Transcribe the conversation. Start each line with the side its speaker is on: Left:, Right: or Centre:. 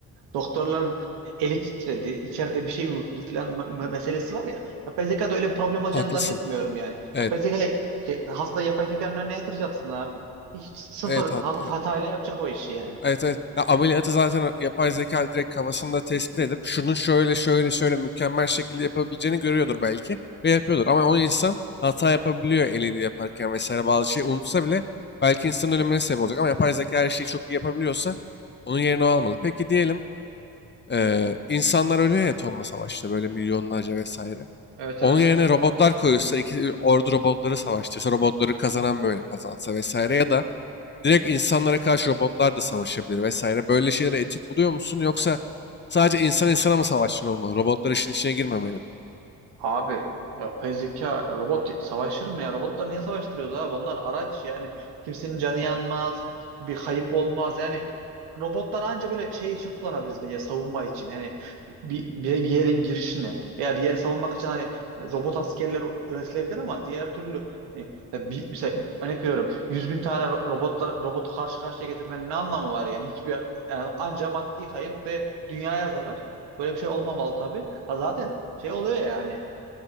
Right: doktorların eli titredi, içeride bir şey unuttu filan me- me- meselesi var ya. Yapay zekada öyle bir problem olacağını
Left: haklısın.
Right: zannetmiyorum yani.
Left: Evet.
Right: Yapay zeka şey, hastayı yapay zekanın önüne yatıracaksın abi. Hiç sıfır
Left: Evet hatta
Right: ha- hatayla yapacak o işi yani.
Left: Evet evet. Ya ameliyatı zaten yapay zeka direkt kafasında tespit edip şunu şöyle şöyle şöyle mükemmel şekilde yapabileceğini görüyordur belki ve yapıyordur. Ama o insan hata yapabiliyor elini yaparken vesaire bazı şeyi unutsa bile belki insanın ölümüne sebep olacak. Ama yapay zeka her şeyi çok iyi yapabiliyorsa onun yerine o almalı. Peki diyelim eee, insanlar ölüyor ya tonla savaşta böyle milyonlarca vesaire.
Right: Evet
Left: Onun
Right: evet.
Left: yerine robotlar koyulsa, iki ordu robotları savaştırsa, robotları kazanan böyle kazansa vesaire ya da Direkt insanlara karşı robotlar da savaşabilir vesaire. Böyle şeyleri etik buluyor musun? Yoksa sadece insan insana mı savaşçılar olmalı? Robotlar işin içine girmemeli mi?
Right: Abi yapay zeka robot savaşır mı ya? Robotlar niye savaştırıyoruz abi? Onlar araç yani kimsenin canı yanmaz, bir kayıp olmaz. Yani robotlar anca böyle şey için kullanabiliriz bence savunma için. Yani bir, bir, bir yerin girişine veya bir yeri savunmak için hani robot askerler üretilebilir ama diğer türlü hani mesela bir, mesela örnek veriyorum 100 bin tane ro- robotlar robotu karşı karşıya getirmenin ne anlamı var yani? Hiçbir yani anca maddi kayıp ve dünyaya zarar. Böyle bir şey olmamalı tabii. Ha zaten şey oluyor ya hani